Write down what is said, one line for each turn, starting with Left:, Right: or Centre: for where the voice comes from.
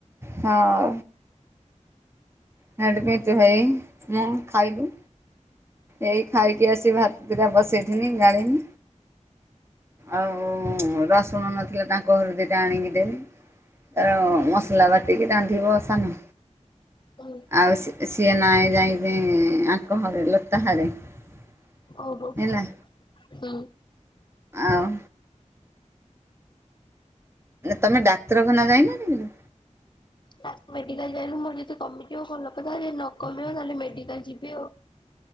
Right: ହଁ। <unintelligible> ଭାଇ ମୁଁ ଖାଇବୁ। ଏଇ ଖାଇକି ଆସି ଭାତ ଦିଟା ବସେଇଥିନି ଗାଳିଲି ଆଉ ହୁଁ ରସୁଣ ନଥିଲା ତାଙ୍କ ଘରୁ ଦିଟା ଆଣିକି ଦେଲି। ତାର ମସଲା ବାଟିକି ରାନ୍ଧିବ ସାନ?
Left: ହଁ।
Right: ଆଉ ସି ସିଏ ନାଇଁ ଯାଇଁକି ଆଙ୍କ ହରେ ଲତା ହରେ। ହେଲା
Left: ଓହୋ ହୁଁ।
Right: ଆଉ ତମେ ଡାକ୍ତରଖାନା ଯାଇନଥିଲ?
Left: ତା ମେଡିକାଲ ଯାଇନୁ ମୋର ଯଦି କମିଯିବ ଭଲ କଥା ଯଦି ନ କମିବ ତାହେଲେ ମେଡିକାଲ ଯିବି ଆଉ